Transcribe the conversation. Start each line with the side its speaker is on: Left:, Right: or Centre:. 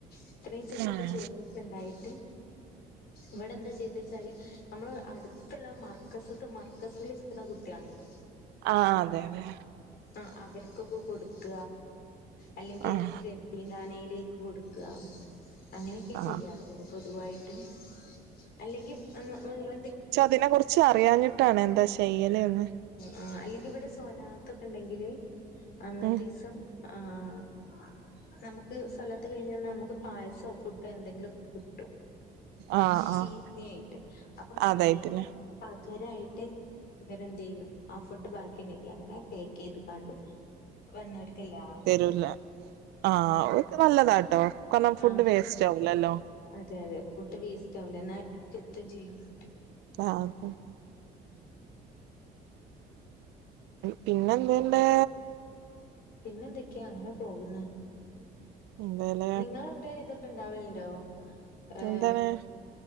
Left: ഇത്രയും ചെമ്പ്
Right: ആഹ്
Left: ചോറൊക്കെ ഉണ്ടായിട്ട് ഇവിടെ എന്താ ചെയ്ത വച്ചാല്? നമ്മള് അടുത്ള്ള മർക്കസത്ത് മർക്കസല് നിക്കണ കുട്ടിയാള്ണ്ടല്ലോ?
Right: ആഹ് അതെ തെ.
Left: ആ അവർക്കൊക്കെ കൊടുക്ക അല്ലെങ്കി
Right: ആഹ്
Left: ഏതെങ്കിലും യെ തീങ്ങാനയിലേക്ക് കൊടുക്ക അങ്ങനെയൊക്കെ
Right: ആഹ്
Left: ചെയ്യാറ് ഇവിടെ പൊതുവായിട്ട് അല്ലെങ്കി ഉം ഉം എന്തെങ്കി
Right: തിനെ കുറിച്ച് അറിയഞ്ഞിട്ടാണ് എന്താ ചെയ്യലെന്ന്?
Left: ആ അല്ലെങ്കി ഇവിടെ സൊലാത്തൊക്കെ ണ്ടെങ്കില് അന്നത്തീസം
Right: ഉം
Left: ആഹ് നമുക്ക് സൊലാത്ത് കഴിഞ്ഞന്നാ മ്മക്ക് പായസോ ഫുഡോ എന്തെങ്കിലൊക്കെ കിട്ടും.
Right: ആഹ്
Left: ചീത്തേയിട്ട്
Right: ആഹ്
Left: അപ്പം
Right: അതായിട്ടില്ല
Left: അയിന് പ്പ തുവരായിട്ട് ഇവരെ ന്തേയ്യും ആ ഫുഡ് ബാക്കി ണ്ടെങ്കി അങ്ങനെ പാക്ക് ചെയ്തുകാണ്ട് വന്നോർക്കെല്ലാർ
Right: തെരുല്ല ആഹ് നല്ലതാ ട്ടോ കാര്ണം ഫുഡ്
Left: ആഹ് അത്
Right: വേസ്റ്റ് ആവൂലല്ലോ?
Left: അതെ അതെ ഫുഡ് വേസ്റ്റ് ആവുലേ എന്നാ എത്തും ചെയ്യും ഫുഡ്
Right: ആഹ് പിന്നെ എന്തിണ്ട്?
Left: പിന്നെന്തൊക്കെയാ അങ്ങനെ പോകുന്നേ?
Right: ഇന്തേല്ലേ.
Left: നിങ്ങളെ അവിടെ ഇതൊക്കെ ഇണ്ടാവലുണ്ടോ ഏഹ്?
Right: എന്താണ്